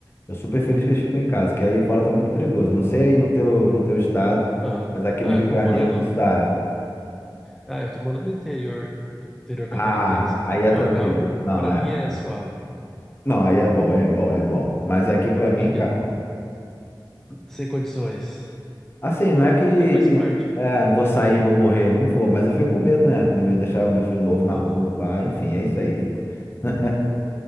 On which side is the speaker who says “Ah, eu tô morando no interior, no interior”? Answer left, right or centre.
Centre